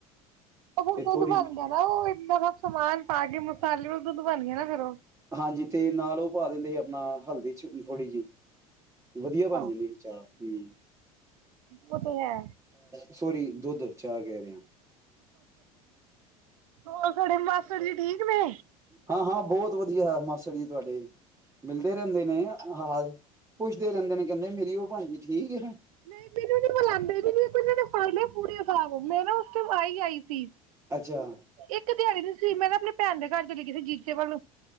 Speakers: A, on the right; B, on the right.
A: ਉਹ ਫੁਣ
B: ਤੇ
A: ਦੁਧ
B: ਥੋੜ੍ਹੀ
A: ਬਣ
B: ਜਿਹੀ
A: ਗਿਆ ਨਾ ਉਹ ਇਏਦਾਂ ਦਾ ਸਮਾਨ ਪਾ ਕੇ ਮਸਾਲੇ ਦੁੱਧ ਬਣ ਗਿਆ ਨਾ ਫੇਰ ਉਹ
B: ਹਾਂਜੀ ਤੇ ਨਾਲ ਉਹ ਪਾ ਦਿੰਦੇ ਸੀ ਆਪਣਾ ਹਲਦੀ ਚ ਥੋੜ੍ਹੀ ਜਿਹੀ ਵਧੀਆ
A: ਅੱਛਾ
B: ਬਣ ਜਾ ਚਾਰ ਹਮ
A: ਉਹ ਤੇ ਹੈ
B: ਸੋਰੀ ਦੁੱਧ ਚਾਹ ਕਹਿ ਰਿਹਾ
A: ਹੋਰ ਸਾਡੇ ਮਾਸ ਜੀ ਠੀਕ ਨੇ
B: ਹਾਂ ਹਾਂ ਬਹੁਤ ਵਧੀਆ ਮਾਸਟਰ ਜੀ ਤੁਹਾਡੇ ਮਿਲਦੇ ਰਹਿੰਦੇ ਨੇ ਆ ਪੁੱਛ ਰਹਦੇ ਨੇ ਕਹਿੰਦੇ ਮੇਰੀ ਉਹ ਭਾਜੀ ਠੀਕ ਹੈ
A: ਨਹੀਂ ਮੈਨੂੰ ਨੀ ਬੁਲਾਉਂਦੇ ਫੇ ਪੂਰੇ ਹਿਸ ਮੈਂ ਨਾ ਤੇ ਆਾਈ ਆਈ ਸੀ
B: ਅੱਛਾ
A: ਇੱਕ ਦਿਹਾੜੀ ਦੀ ਮੈਂ ਆਪਣੇ ਭੈਣ ਦੇ ਘਰ ਚ ਲ ਕਿਸ ਸੀ ਜੀਚੇ ਵੱਲ ਨੂੰ